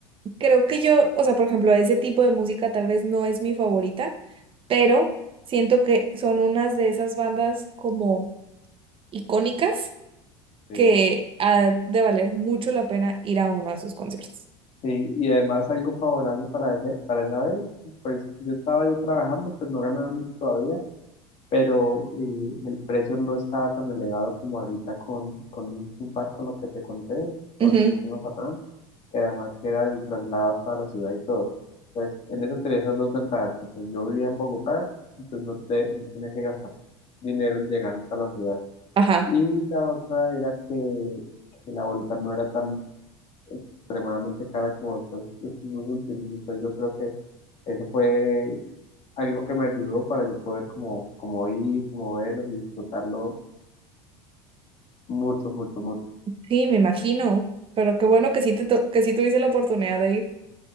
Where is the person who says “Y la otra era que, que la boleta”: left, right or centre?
Left